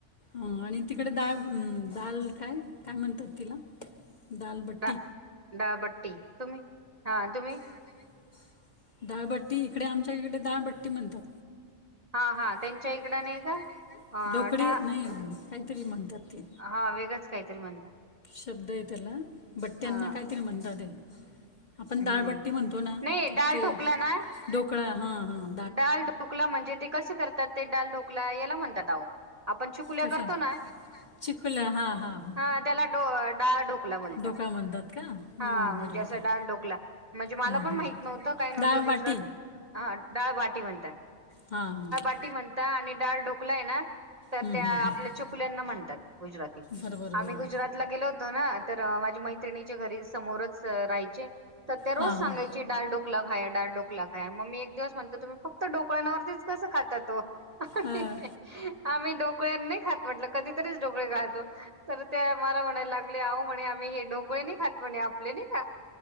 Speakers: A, on the left; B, on the right.
A: ह आणि तिकडे दा दाल काय काय म्हणतात तिला? दालबट्टी
B: ड डाळबट्टी तुम्ही. हा तुम्ही.
A: हा तुम्ही डाळबट्टी इकडे आमच्या इकडे डाळबट्टी म्हणतात.
B: हा हा
A: हाहा
B: त्यांच्या इकड
A: त्यांच्याइकड
B: नाही
A: नाय का. डोकडी.
B: अ डा
A: नाही काहीतरी म्हणतात. ते
B: हा वेगळच काहीतरी म्हणता.
A: शब्द आहे त्याला बट्ट्यांना
B: हा
A: काहीतरी म्हणतात ते, आपण
B: हम्म
A: डाळबट्टी म्हणतो ना.
B: डाल
A: नाही
B: ढोकला
A: डाळ
B: ना
A: ढोकळा ते हा हा.
B: डाल ढोकला म्हणजे, ते कसे करतात ते डाल ढोकला याला म्हणतात अहो. आपण चुकुल्या
A: कशा
B: करतो ना
A: चिकुल्या हां हां हां
B: हा त्याला ड डाळ ढोकला म्हणता.
A: ढोकळा म्हणतात का हां
B: हा म्हणजे
A: बरोबर
B: अस
A: आहे
B: डाल ढोकला म्हणजे मला
A: हम्म हम्म
B: पण माहित नव्हत, काय नव्हत
A: डाळबाटी
B: गुजरात हा डाळ बाटी म्हणतात.
A: हा हा
B: डाळ बाटी म्हणतात आणि डाळ ढोकलाय ना तर
A: हम्म
B: त्या
A: हम्म हम्म
B: आपल्या चकुल्यांना म्हणतात गुजराती.
A: बरोबर
B: आम्ही
A: बरोबर
B: गुजरातला गेलो होतो ना तर माझ्या मैत्रिणीच्या घरी समोरच राहायचे. तर ते रोज
A: हां
B: सांगयचे
A: हां
B: डाळ ढोकला खाये ड डोकला खाय म्मी एक दिवस म्हणत तुम् फक्त ोकळ्यांवरतीच कस खाता ओ? ही
A: हां
B: ही ही... आम्ही ढोकळे नाही खात म्हटलं कधीतरीच ढोकळे खातो.. तर त्या मला म्हणायला लागल्या आहो म्हणे, आम्ही हे डोकं नाही खात म्हणे आपले नाही कां.